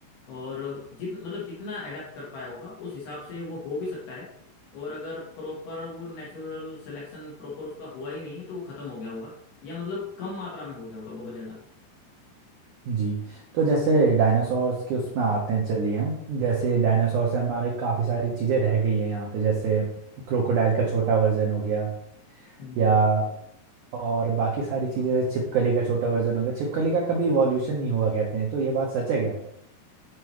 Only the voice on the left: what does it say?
और जित मतलब जितना अडेप्ट कर पाया होगा उस हिसाब से वो हो भी सकता है और अगर प्रॉपर वो नेचुरल सिलेक्शन प्रॉपर उसका हुआ ही नहीं है तो वो खत्म हो गया होगा या मतलब कम मात्रा में हो गया होगा बहुत ज्यादा
हम्म,